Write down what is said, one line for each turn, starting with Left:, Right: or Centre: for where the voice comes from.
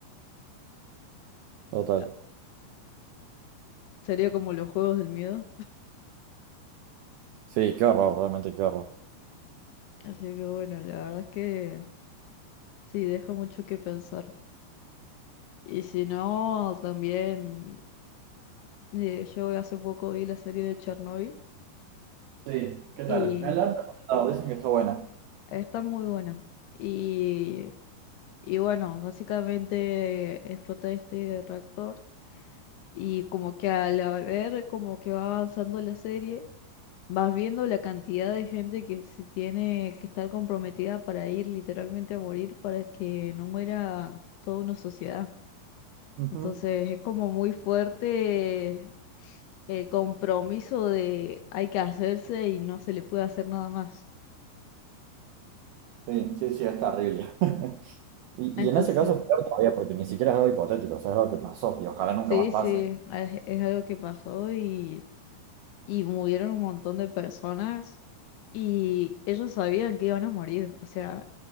Right: Total.
Left: Ah, Sería como los juegos del miedo.
Right: Sí, qué horror, realmente qué horror.
Left: Así que bueno, la verdad es que sí, deja mucho que pensar. Y si no, también eh, yo hace poco vi la serie de Chernobyl
Right: Sí, ¿qué
Left: y
Right: tal? Me adelanto. No, Dicen que está buena.
Left: está muy buena. Y, y bueno, básicamente explota este reactor y como que al ver como que va avanzando la serie, vas viendo la cantidad de gente que se tiene que estar comprometida para ir literalmente a morir para que no muera toda una sociedad.
Right: Ujú.
Left: Entonces es como muy fuerte el compromiso de hay que hacerse y no se le puede hacer nada más.
Right: Sí, sí, sí, es terrible. <laughs> Y,
Left: Entonces,
Right: y en ese caso, peor todavía, porque ni siquiera es algo hipotético, o sea, es algo que pasó y ojalá nunca
Left: sí,
Right: más pase.
Left: sí, es, es algo que pasó y, y murieron un montón de personas y ellos sabían que iban a morir. O sea,